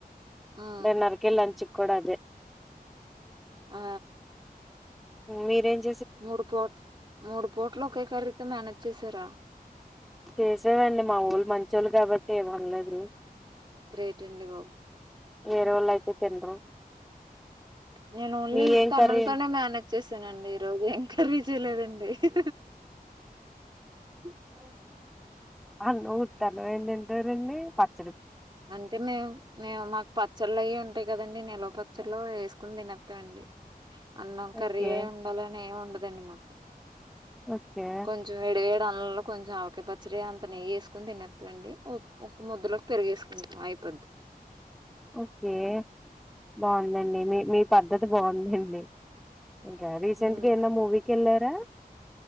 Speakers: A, on the right; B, in the centre.
A: ఆ
B: డిన్నర్ కి లంచ్ కి కూడా అదే
A: ఆ
B: మీరేమ్ చే
A: మూడు పోట్ మూడు పోట్ ఒకే కర్రి తొ మేనేజ్ చేసారా
B: చేసానండి మా వాళ్ళు మంచి వాళ్ళు కాబట్టి ఏమనలేదు
A: గ్రేట్ అండి బాబు
B: వేరేవాళ్ళయితే తినరు
A: నేను ఓన్లీ
B: మీ
A: ఉత్త
B: ఏం కర్రీ?
A: అన్నంతోనే మేనేజ్ చేసానండి ఈ రోజు కర్రీ చేయలేదండి న <unintelligible>
B: అ నూతానువ ఏందిింట రండి ప <unintelligible>
A: అంటే మేము మేము మాకు పచ్చళ్ళ అవి ఉంటాయి కదండి నిలవప చ్చట్లో వేసుకుని తినేతామండి అన్నం కర్రి
B: ఓకే
A: ఎ ఉండాలనేమ్ ఉండదు ధన్య మాకు
B: ఓకే.
A: కొంచం వేడి వేడి దానిలో కొంచెం ఆవకాయ్ పచ్చడి అంత నెయ్యి వేసుకుని తినేతామండి ఒక ముద్దలోకి పెరిగేసు అయిపోద్ది
B: ఓకే బాగుందండి మీ మీ పద్ధతి బాగుంది హూ <unintelligible> ఇంకా రీసెంట్గా
A: ఉమ్
B: ఎదన్నా మూవీకి వెళ్ళారా